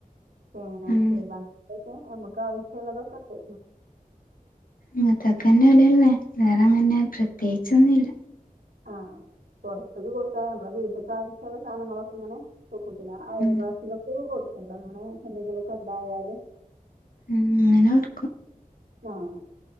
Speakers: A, on the right; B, on the left.
A: ചേന <unintelligible>
B: ആഹ്
A: അങ്ങനെയൊക്കെ ഞമ്മക്കാവശ്യള്ളതൊക്കെണ്ട്.
B: ഇങ്ങത്തൊക്കെന്നെ ഇവിട്ള്ളേ വേറെ ങ്ങനെ പ്രത്യേകിച്ചൊന്നുല്ല.
A: ആഹ് പൊറത്ത്ക്ക് കൊടുക്കാതെമ്മളെ വീട്ട ആവശ്യള്ള സാധനങ്ങളൊക്കെങ്ങനെ <unintelligible> അയൽവാസികൾകൊക്കെ
B: ഉം
A: ങ്ങനെ എന്തെങ്കിലൊക്കെണ്ടായാല്-
B: ഉം അങ്ങനെ കൊടുക്കും
A: ആഹ്